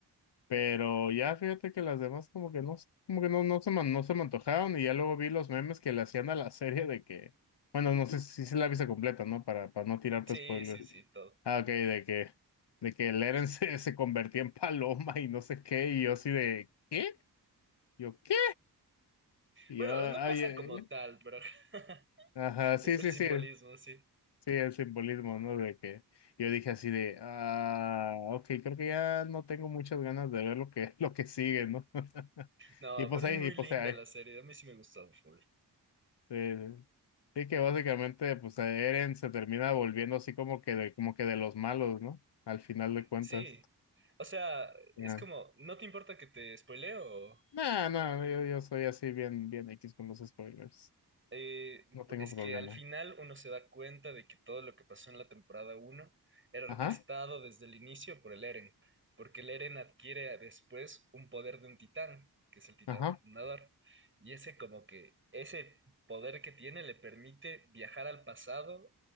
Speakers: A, on the left (about 80°); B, on the right (about 30°).
A: pero ya fíjate que las demás como que no, se- como que no, no se me, no se me antojaron y ya luego vi los memes que le hacían a la <laughs> serie de que, bueno, no sé si si se la viste completa, ¿no? Para, para no tirarte
B: Sí,
A: spoiler.
B: sí, sí, todo.
A: Ah, ok, de que, de que Eren <laughs> se, se convertía en paloma y no sé qué, y yo así de, ¿qué? Yo, ¿qué? Y
B: Bueno,
A: yo, ay,
B: no pasa
A: eh,
B: como tal, pero <laughs>
A: ajá, sí,
B: es el
A: sí,
B: simbolismo,
A: sí.
B: sí.
A: Sí, el simbolismo, ¿no? De que yo dije así de, ah, ok, creo que ya no tengo muchas ganas de ver lo que, <laughs> lo que sigue, ¿no? <laughs>
B: No,
A: Y pues
B: pero es
A: ahí,
B: muy
A: y
B: linda
A: pues ahí.
B: la serie. A mí sí me gustó full.
A: eh, Sí, que básicamente, pues Eren se termina volviendo así como que de, como que de los malos, ¿no? Al final de cuentas.
B: Sí. O sea, es
A: Ya.
B: como, ¿no te importa que te spoileo?
A: No, no, yo, yo soy así bien, bien X con los spoilers.
B: Eh,
A: No tengo
B: es
A: problema.
B: que al final uno se da cuenta de que todo lo que pasó en la temporada uno era orquestado
A: Ajá,
B: desde el inicio por el Eren, porque el Eren adquiere después un poder de un titán, que es el titán
A: ajá.
B: fundador, y ese como que ese poder que tiene le permite viajar al pasado,